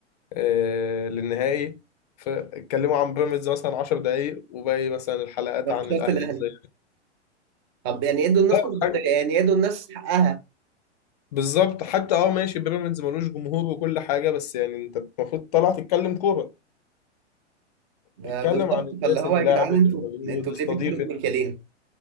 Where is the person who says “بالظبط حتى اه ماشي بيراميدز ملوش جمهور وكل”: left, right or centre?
Left